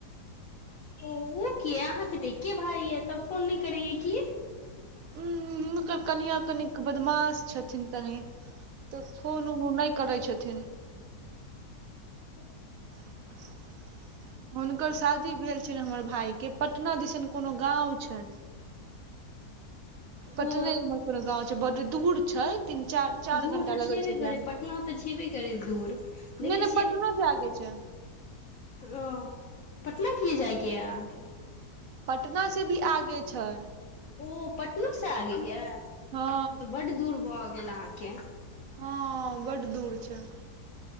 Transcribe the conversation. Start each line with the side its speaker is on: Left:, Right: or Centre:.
Left: ओ ओ कि अहाँके तऽ एके भाय य तब फोन नहि करैय कीया
Right: उ हुनकर कनिया कनिक बदमाश छथिन तनि तऽ फोन उन नहि करै छथिन
Left: <inaudible>
Right: <inaudible> हुनकर शादी भेल छैल हमर भाय के पटना दिसन कोनो गाँव छैए पटने
Left: ओ
Right: कोनो गाँव छै बड दूर छै तीन चार चार
Left: दूर
Right: घं्टा
Left: तऽ
Right: लगल
Left: छेबे
Right: छै
Left: करै
Right: जायमे
Left: पटना तऽ छेबे करै दूर देखै
Right: नहि नहि पटनो से आगे छै
Left: हॅं पटना किए जाइके यऽ अहाँके
Right: पटना से भी आगे छै
Left: ओ पटनो से आगे या
Right: हँ
Left: तऽ बड्ड दूर भऽ गेल अहाँके
Right: हँ बड दूर छै